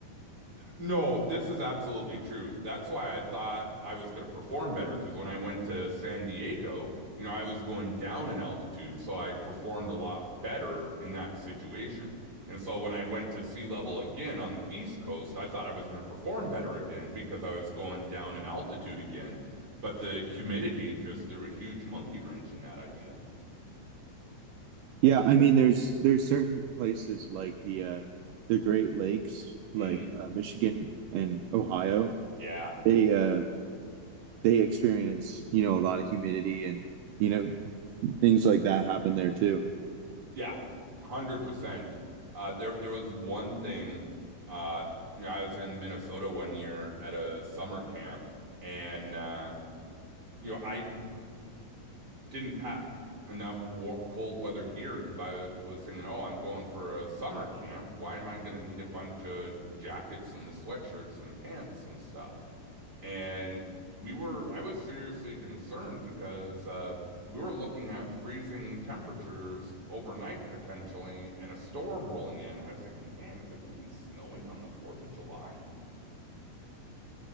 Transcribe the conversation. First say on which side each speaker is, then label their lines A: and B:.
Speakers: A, on the right (about 25°); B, on the right (about 75°).
A: No, this is absolutely true. That's why I thought I was going to perform better because when I went to San Diego, you know, I was going down in altitude, so I performed a lot better in that situation. And so when I went to sea level again on the East Coast, I thought I was going to perform better again because I was going down in altitude again. But the humidity just threw a huge monkey wrench in that idea.
B: Yeah, I mean, there's there's certain places like the uh, the Great Lakes, like
A: Mm,
B: uh, Michigan and Ohio.
A: yeah.
B: They uh, they experience you know a lot of humidity and you know things like that happen there too.
A: Yeah, 100%. Uh, there there was one thing uh, you know, I was in Minnesota one year at a summer camp and uh, you know, I didn't pack enough war cold weather gear because I was thinking, "Oh, I'm going for a summer camp. Why am I going to need a bunch of jackets and sweatshirts and pants and stuff?" And we were, I was seriously concerned because uh, we were looking at freezing temperatures overnight potentially and a storm rolling in. I was thinking, man, is it going to be snowing on the 4th of July?